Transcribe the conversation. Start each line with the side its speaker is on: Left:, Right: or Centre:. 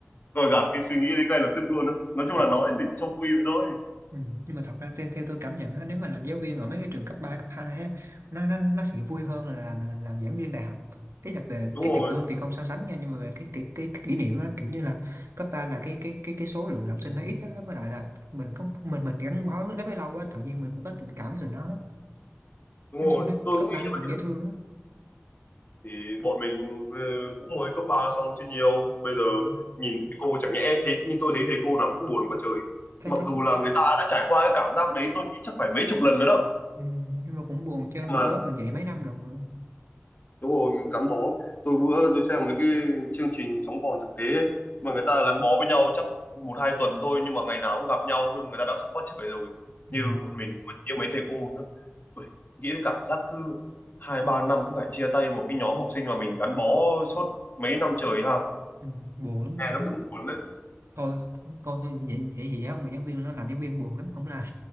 Left: tôi gạt
Right: Thật,
Left: cái suy nghĩ đấy ngay lập tức luôn á nói chung
Right: thật.
Left: là nói thì trong quy vậy thôi
Right: Ừ. nhưng mà thật ra theo, theo tôi cảm nhận á, nếu mà làm giáo viên ở mấy cái trường cấp ba cấp 2 á nó nó nó sẽ vui hơn là làm làm làm giảng viên đại học ý là về
Left: đúng
Right: cái
Left: rồi
Right: tiền lương thì không so sánh nha nhưng mà về cái cái cái, cái kỷ niệm á kiểu như là cấp 3 là cái cái cái cái số lượng học sinh nó ít đó với lại là mình có mình mình gắn bó cái lớp ấy lâu quá tự nhiên mình cũng có tình cảm rồi nó
Left: Đúng
Right: nói
Left: rồi,
Right: chung nó
Left: tôi
Right: cấp
Left: cũng nghĩ
Right: 3 nó
Left: như
Right: cũng
Left: vậy
Right: dễ
Left: đó.
Right: thương á
Left: Thì bọn mình ờ, cũng mới cấp 3 xong chứ nhiều. Bây giờ
Right: ừ.
Left: nhìn thầy cô chẳng nhẽ thế nhưng tôi thấy thầy cô nào cũng buồn quá trời.
Right: thế
Left: Mặc
Right: thế cũng
Left: dù là người ta đã trải qua cái cảm giác đấy tôi nghĩ chắc phải mấy chục lần nữa đó.
Right: ừ. nhưng mà cũng buồn chứ
Left: Nhưng
Right: một
Left: mà
Right: lớp mình dạy mấy năm lần mà
Left: đúng rồi mình gắn bó tôi bữa tôi xem mấy cái chương trình sống còn thực tế ấy, mà người ta gắn bó với nhau chắc một hai tuần thôi nhưng mà ngày nào cũng gặp nhau luôn người ta đã khóc quá trời rồi
Right: ừ.
Left: như bọn mình mà như mấy thầy cô nữa Ui, nghĩ đến cảm giác cứ hai ba năm cứ phải chia tay một cái nhóm học sinh mà mình gắn bó suốt mấy năm trời ha
Right: Ừ. buồn lắm
Left: nghe
Right: luôn
Left: nó
Right: á
Left: cũng buồn đấy
Right: thôi thôi thôi vậy vậy gì á mà giáo viên nó làm giáo viên buồn lắm không làm